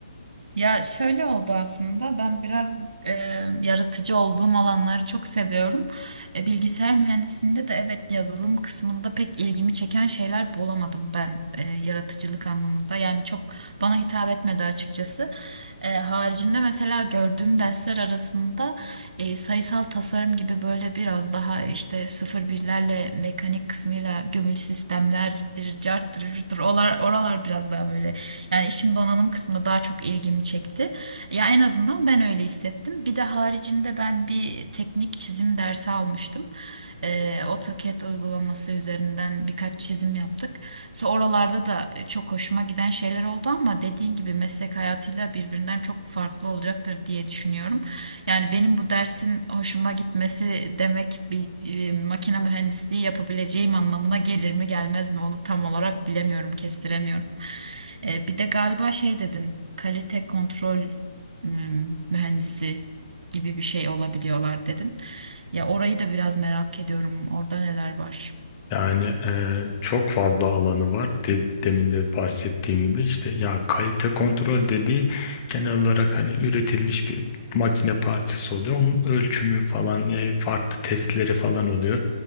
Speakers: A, on the right; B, on the left.
A: Ya şöyle oldu aslında ben biraz e, yaratıcı olduğum alanları çok seviyorum. E, bilgisayar mühendisliğinde de evet yazılım kısmında pek ilgimi çeken şeyler bulamadım ben e, yaratıcılık anlamında. Yani çok bana hitap etmedi açıkçası. E, haricinde mesela gördüğüm dersler arasında e, sayısal tasarım gibi böyle biraz daha işte sıfır birlerle mekanik kısmıyla gömülü sistemlerdir, carttır, curttur, olar- oralar biraz daha böyle yani işin donanım kısmı daha çok ilgimi çekti. Ya en azından ben öyle hissettim. Bir de haricinde ben bir teknik çizim dersi almıştım. Ee, AutoCAD uygulaması üzerinden birkaç çizim yaptık. Sonra oralarda da çok hoşuma giden şeyler oldu ama dediğin gibi meslek hayatıyla birbirinden çok farklı olacaktır diye düşünüyorum. Yani benim bu dersin hoşuma gitmesi demek bir e, makine mühendisliği yapabileceğim anlamına gelir mi gelmez mi onu tam olarak bilemiyorum, kestiremiyorum. E, bir de galiba şey dedin, kalite kontrol m, mühendisi gibi bir şey olabiliyorlar dedin. Ya orayı da biraz merak ediyorum. Orada neler var?
B: Yani e, çok fazla alanı var. De, demin de bahsettiğim gibi işte ya kalite kontrol dediği genel olarak hani üretilmiş bir makine parçası oluyor. Onun ölçümü falan yani farklı testleri falan oluyor.